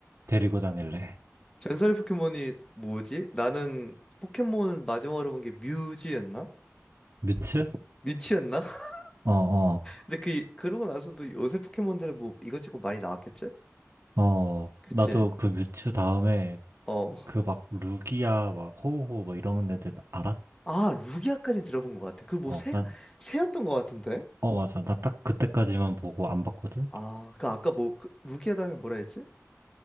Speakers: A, on the right; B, on the left.
A: 데리고 다닐래.
B: 전설의 포켓몬이 뭐지? 나는 포켓몬 마지막으로 본 게 뮤지였나?
A: 뮤츠?
B: 뮤치였나? <laughs>
A: 어, 어,
B: 근데 그 그러고 나서도 요새 포켓몬들은 뭐 이것저것 많이 나왔겠지?
A: 어.
B: 그치?
A: 나도 그 뮤츠 다음에
B: 어.
A: 그 막 루기아 막 호우호 막 이런 애들 알아?
B: 아, 루기아까지 들어본 것 같아. 그 뭐
A: 어,
B: 새가
A: 나,
B: 새였던 것 같은데?
A: 어, 맞아. 나 딱 그때까지만 보고 안 봤거든?
B: 아, 그 아까 뭐 그, 루기아 다음에 뭐라 했지?